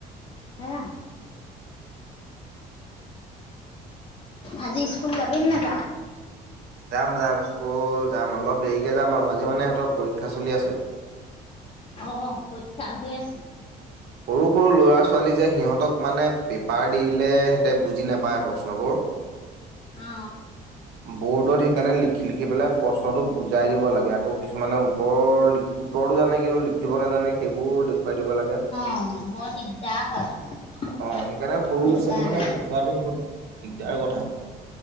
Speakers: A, on the left (about 40°); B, on the right (about 75°).
A: হে
B: উম
A: <unintelligible> আজি স্কুল যাবিনে নেযাওঁ। <unintelligible>
B: যাম-যাম স্কুল যাম অলপ দেৰিকে যাম আৰু আজি মানে সিহঁতৰ পৰীক্ষা চলি আছে।
A: অ' পৰীক্ষা হৈ আছে।
B: সৰু, সৰু ল'ৰা ছোৱালী যে সিহঁতক মানে পেপাৰ দি লে সিহঁতে বুজি নাপায় প্ৰশ্নবোৰ।
A: অ
B: বৰ্ডত সেইকাৰণে লিখি লিখি পেলাই প্ৰশ্নতটো বুজাই দিব লাগে। আকৌ কিছুমানে উত্তৰ লীখি উত্তৰতো জানে কিন্তু লিখিব নাজানে সেইবোৰ দেখুৱাই দিব লাগে।
A: অ বৰ দিগদাৰ হয়।
B: অ সেইকাৰণে সৰু
A: সেইটো
B: ল'ৰা ছোৱালী
A: কাৰণে
B: মানে পঢ়োৱাটো বহুত দিগদাৰ কথা।